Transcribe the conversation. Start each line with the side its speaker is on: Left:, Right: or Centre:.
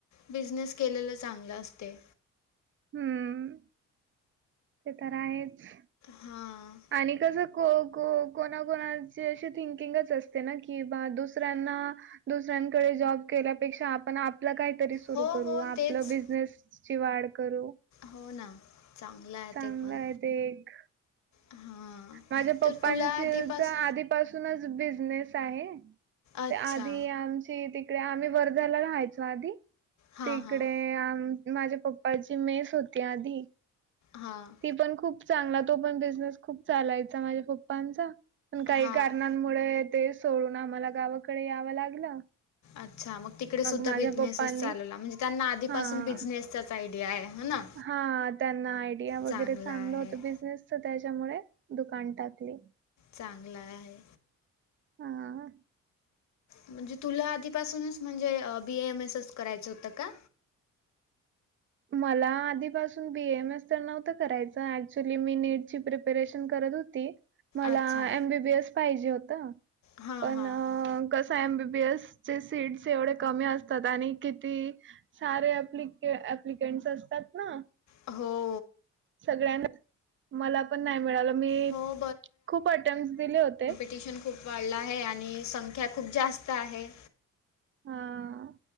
Left: बिजनेस केलेला चांगलं असतय.
Right: हम्म. ते तर आहेच.
Left: हां.
Right: आणि कसं को को कोणाकोणाचे असे थिंकिंगच असते ना की बा दुसऱ्यांना दुसऱ्यांकडे जॉब केल्यापेक्षा आपण आप आपलं काहीतरी सुरू
Left: हो
Right: करू,
Left: हो
Right: आपलं
Left: तेच
Right: बिझनेसची वाढ करू.
Left: हो ना. चांगलं आहे
Right: चांगलं
Left: ते पण
Right: आहे ते एक.
Left: हां
Right: माझ्या पप्पांची
Left: तर तुला आधीपास
Right: तर आधी पासूनच बिझनेस आहे,
Left: अच्छा
Right: ती आधी आमची ती आम्ही वर्धाला राहायचो आधी,,
Left: हां
Right: तिकडे
Left: हां
Right: आम माझ्या पप्पाची मेस होती आधी.
Left: हां.
Right: तो खूप चांगला चालला, तो पण बिझनेस खूप चालायचा माझ्या पप्पांचा, पण काही
Left: हां
Right: कारणाने मुळे ते सोडून आम्हाला गावाकडे यावं लागलं.
Left: अच्छा, मग तिकडे सुद्धा
Right: माझ्या
Left: बिझनेसच
Right: पप्पांनी
Left: चालवला, म्हणजे त्यांना आधीपासून
Right: हां.
Left: बिझनेस -चाच आयडिया आहे हो ना.
Right: हां, त्यांना आयडिया
Left: चांगला
Right: वगैरे चांगलं
Left: आहे
Right: होतं, बिजनेसच त्याच्यामुळे दुकान टाकलं.
Left: चांगला हाय.
Right: हां.
Left: म्हणजे तुला आधीपासूनच म्हणजे B A M M S च करायचं होतं का?
Right: मला आधीपासून बीएम एस तर नव्हतं करायचं, ऍक्च्युली मी नीटची प्रिपरेशन करत होती, मला
Left: अच्छा
Right: एमबीबीएस पाहिजे होतं,
Left: हां
Right: पण
Left: हां हां
Right: कसंय एमबीबी एस चे सीट्स एवढे कमी असतात, आणि किती सारे आपली एप्लिकेंट्स असतात ना
Left: हो
Right: सगळ्यांना, मला पण नाही मिळालं, मी
Left: हो
Right: खूप अटेम्टस दिले होते.
Left: पटिशन खूप वाढलं आहे, आणि संख्या खूप जास्त आहे.
Right: हां.